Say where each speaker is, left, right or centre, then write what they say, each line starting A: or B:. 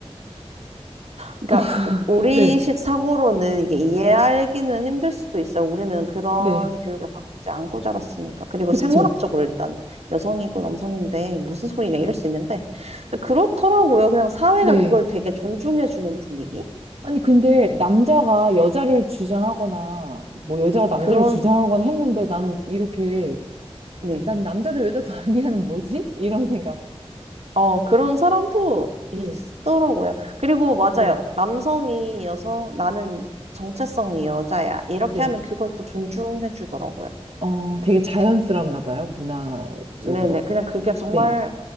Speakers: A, on the right; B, on the right.
A: 그러니까
B: <laughs>
A: 우- 리식
B: 네,
A: 사고로는 이게 이해하기는 힘들 수도 있어요. 우리는 그런
B: 네.
A: 교육을 받지 않고 자랐으니까. 그리고
B: 그쵸.
A: 생물학적으로 일단 여성이고 남성인데 무슨 소리냐 이럴 수 있는데 데 그렇더라고요. 그냥 사회가
B: 네.
A: 그걸 되게 존중해주는 분위기여서
B: 아니, 근데 남자가 여자를
A: 네.
B: 주장하거나, 뭐 여자가 남자를
A: 그런
B: 주장하거나 했는데 나는 이렇게,
A: 네.
B: 난 남자도 여자도 <laughs> 아니야는 뭐지? 이런 생각.
A: 어, 그런 사람도 있더라고요.
B: 네,
A: 그리고 맞아요.
B: 네,
A: 남성이 여성, 나는 정체성이 여자야. 이렇게
B: 네.
A: 하면 그걸 또 존중해주더라고요.
B: 어, 되게 자연스럽나 봐요, 문화적으로.
A: 네네. 그냥 그게 정말
B: 네.